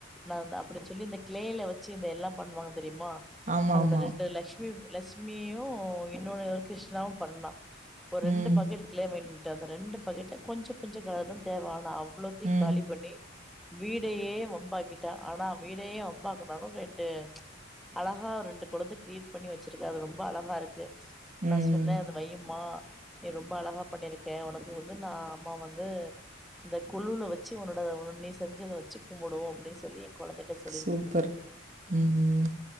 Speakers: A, in the centre; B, on the right.
A: நான்தா அப்படி சொல்லி இந்தக் கிளேல வச்சு இந்த எல்லா பண்ணுவாங்க தெரியுமா
B: ஆமாமா.
A: அதுல ரெண்டு லஷ்மி லக்ஷ்மியு இன்னொன்னு இருக்கு கிருஷ்ணாவு பண்ணா ஒரு ரெண்டு
B: ம்,
A: பக்கெட்டு கிலோ மின் ட்டு அது ரெண்டு பாக்கெட்லயு கொஞ்சொ கொஞ்சொ தா தேவ ஆனா அவ் வ்ளோத்தையு
B: ம்.
A: காலி பண்ணி வீடையே வம்பாக்கிட்டா ஆனா வீடையே வம் <unintelligible> அலகா ரெண்டு கொலந்தக் கிரீயேட் பண்ணி வச் வச்சிருக்கேன் அது ரொம்ப அழகா இருக்கு நா
B: ம்.
A: சொன்னேன் அது வையுமா நீ ரொம்ப அழகா பண்ணிருக்க உனக்கு வந்து நா அம்மா வந்து இந்த கொலுல வச்சு உன்னோட நீ செஞ்சதை வச்சு கும்பிடுவோம் அப்டின்னு சொல்லி கொழந்தைட்ட சொல்லிரு
B: சூப்பர். ம்